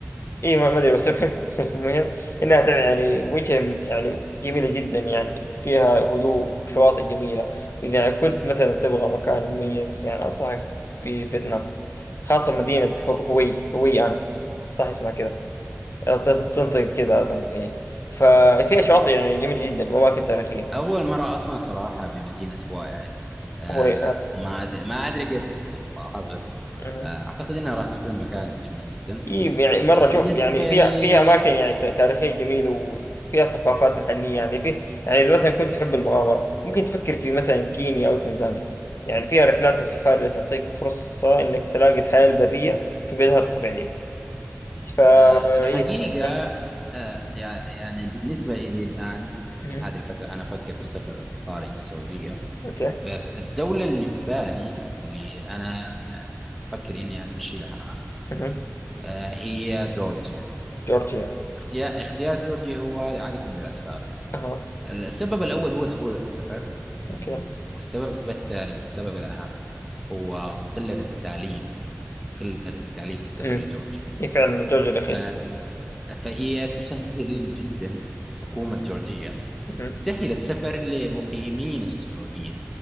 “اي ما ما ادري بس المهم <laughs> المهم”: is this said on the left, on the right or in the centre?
Left